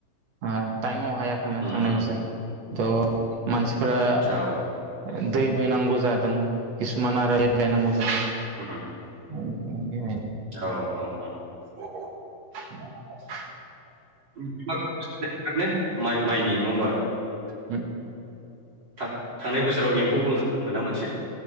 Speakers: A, on the right; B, on the right.
A: आ टाइमाव हायाखैमोन
B: उम
A: थांनाय
B: उम
A: बोसोर
B: उम
A: थ' मानसि फोरा
B: औ
A: दैबो नांगौ जादों किसुमान आरो टेफ बायनांगौ जादों।
B: उम
A: <unintelligible>
B: औ औ औ।
A: <inaudible>
B: <inaudible> माइ माइनि नङा होमबा?
A: हम
B: था थांनाय बोसोराव एम्फौ <inaudible> ना मोनसे